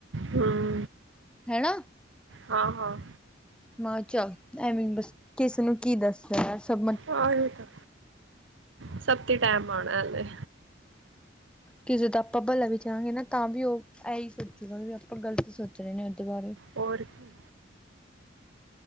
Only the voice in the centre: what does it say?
ਹੈਣਾ?
ਮੈਂ ਚਾਲ ਐਵੀਂ ਬੱਸ, ਕਿਸਨੂੰ ਕੀ ਦੱਸਾਂ ਸਬ
ਕਿਸੇ ਦਾ ਆਪਾ ਭਲਾ ਵੀ ਚਾਂਹਾ ਗੇ ਨਾ ਤਾਂ ਵੀ ਓ ਆਈ ਸੋਚੂਗਾ, ਵੀ ਆਪਾਂ ਗਲਤ ਸੋਚ ਰੇ ਨੇ ਓਦੇ ਬਾਰੇ।